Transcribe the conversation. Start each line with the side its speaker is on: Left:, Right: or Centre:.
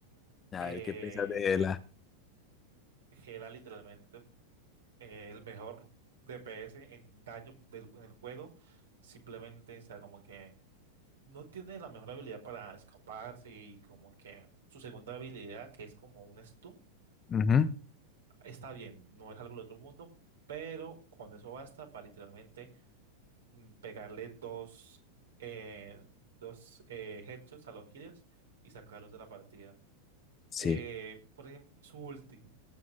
Left: A
Right: Eh,
Left: ver, ¿qué piensas de Gela?
Right: Gela literalmente es el mejor DPS en daño del- en el juego. Simplemente, o sea, como que no tiene la mejor habilidad para escaparse y como que su segunda habilidad, que es como un stun,
Left: Ujú.
Right: está bien, no es algo del otro mundo, pero con eso basta para literalmente mm, pegarle dos, eh, dos eh, headshots a los healers y sacarlos de la partida.
Left: Sí.
Right: Eh, por ejemplo, su ulti